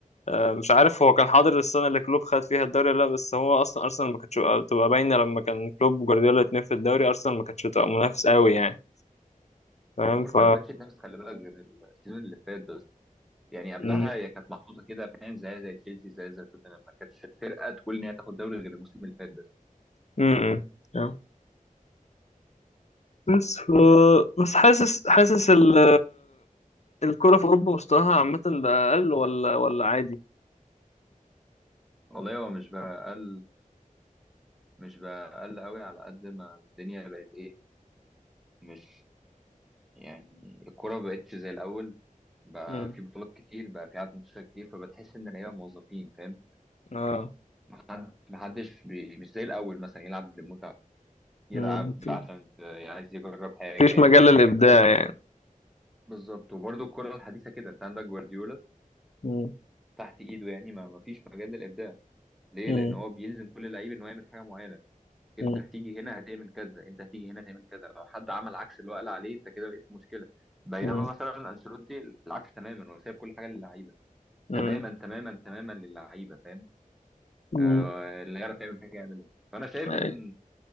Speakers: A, on the left; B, in the centre.
A: آه، مش عارف هو كان حاضر السنة اللي كلوب خد فيها الدوري ولا لا بس هو أصلا أرسنال ما كانتش تبقى باينة لما كان كلوب وجوارديولا الاتنين في الدوري أرسنال ما كانتش تبقى منافس قوي يعني فاهم
B: وارسنال
A: ف
B: ما بقتش تنافس خلي بالك غير السيزون اللي فات بس يعني قبلها
A: م-
B: هي كانت محطوطه كده فاهم زي زي تشيلسي زي زي توتنهام ما كانتش فرقه تقول ان هي تاخد دوري غير الموسم اللي فات بس
A: م- م. بس ف... بس حاسس حاسس ال الكرة في أوروبا مستواها عامة بقى أقل ولا ولا عادي؟
B: والله هو مش بقى قل مش بقى قل قوي على قد ما الدنيا بقت ايه مش يعني الكوره ما بقتش زي الاول بقى
A: مم.
B: في بطولات كتير بقى في عدد منتشر كتير فبتحس ان اللعيبه موظفين فاهم
A: اه
B: حد محدش بي... مش زي الأول مثلا يلعب للمتعة يلعب
A: مم. في-
B: عشان في... عايز يجرب حاجة
A: مفيش
B: يعمل
A: مجال للإبداع
B: حاجة
A: يعني
B: بالظبط وبرضه الكرة الحديثة كده انت عندك جوارديولا
A: مم.
B: تحت ايده يعني ما ما فيش مجال للإبداع ليه؟
A: مم.
B: لأن هو بيلزم كل لعيب إن هو يعمل حاجة معينة انت
A: مم.
B: هتيجي هنا هتعمل كذا انت هتيجي هنا هتعمل كذا لو حد عمل عكس اللي هو قال عليه انت كده بقيت في مشكلة بينما
A: مم.
B: مثلا انشيلوتي العكس تماما هو سايب كل حاجة للعيبة
A: مم.
B: تماما تماما تماما للعيبة فاهم
A: مم.
B: آه، اللي يعرف يعمل حاجة يعملها فأنا شايف
A: أي.
B: إن